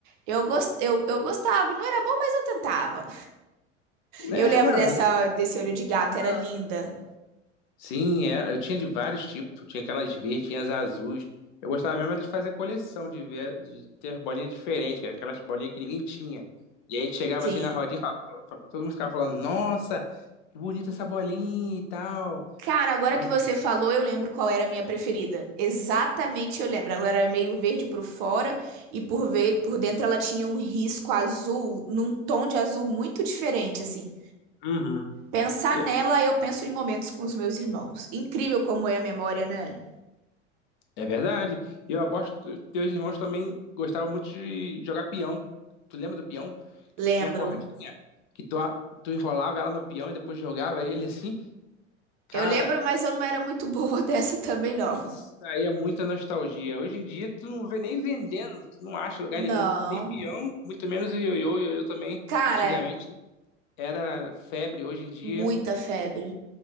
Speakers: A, on the right; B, on the left.
A: eu, gos- eu, eu gostava, não era bom, mas eu tentava.
B: É,
A: Eu lembro
B: não,
A: dessa,
B: a gente,
A: desse olho
B: a gente
A: de gato,
B: jogava.
A: era linda.
B: Sim, é, eu tinha de vários tipos. Tinha aquelas verdes, tinha as azuis. Eu gostava mesmo era de fazer coleção, de ver, de ter bolinha diferente, que era aquelas bolinhas que ninguém tinha. E aí a gente chegava
A: Sim.
B: assim na rodinha e falava- todo mundo ficava falando, nossa, que bonita essa bolinha e tal.
A: Cara, agora
B: Aham.
A: que você falou, eu lembro qual era a minha preferida. Exatamente, eu lembro. Ela era meio verde por fora e por, ve- por dentro ela tinha um risco azul, num tom de azul muito diferente, assim.
B: Uhum.
A: Pensar
B: Eu-
A: nela, eu penso em momentos com os meus irmãos. Incrível como é a memória, né?
B: É verdade. E eu aposto que teus irmãos também gostavam muito de jogar peão. Tu lembra do peão? Que
A: Lembro.
B: tu tinha a cordinha, que tu, a- tu enrolava ela no peão e depois jogava ele assim? Cara,
A: Eu lembro, mas eu não era muito boa <laughs> dessa também, não.
B: isso daí é muita nostalgia. Hoje em dia tu não vê nem vendendo, tu não acha em lugar
A: Não.
B: nenhum, nem peão, muito menos o ioiô. O Ioiô também,
A: Cara,
B: antigamente era febre, hoje em dia,
A: muita febre.